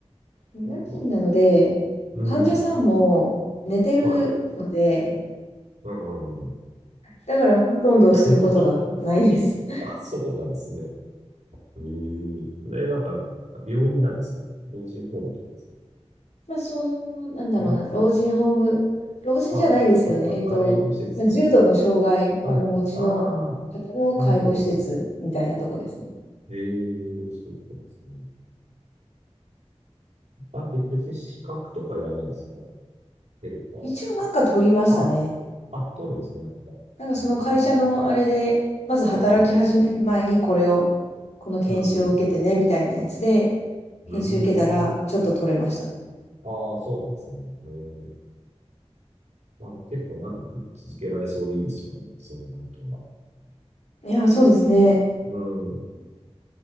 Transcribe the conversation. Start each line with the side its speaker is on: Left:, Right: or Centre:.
Left: 夜勤なので、
Right: まあ、うん。
Left: 患者さんも寝てるので、
Right: はい。うんうんうん。
Left: だからほとんどすることがないです。
Right: <laughs>
Left: <laughs>
Right: あ、そうなんですね。えええ、なんか、病院なんですか老人ホームとかです
Left: まあ、その、なんだろうな、
Right: かはい。
Left: 老人ホーム、老人じゃないんですけどね、
Right: はい。か、か介護施設か。
Left: えっと、まあ、重度の障害をお持ちの方の介護施設みたいなとこですね。
Right: あ、はい。ああ、そういう方なんですね。ええそういうことなんですね。あれ、べ別に資格とかいらないんですかヘルパーと
Left: 一応なんか取りましたね。
Right: か。はい。あ、取るんですね、やっぱ。
Left: なんかその会社のあれで、
Right: ええ
Left: まず働き始める前にこれを、
Right: うん。
Left: この研修を受けてね、
Right: うんうん。
Left: みたいなやつで、
Right: うーん。
Left: 研修受けたらちょっと取れました。
Right: ああ、そうなんですね。ええまあでも結構長く続けられそうでいいですよね。そうなるとは。
Left: いや、そうですね。
Right: うん、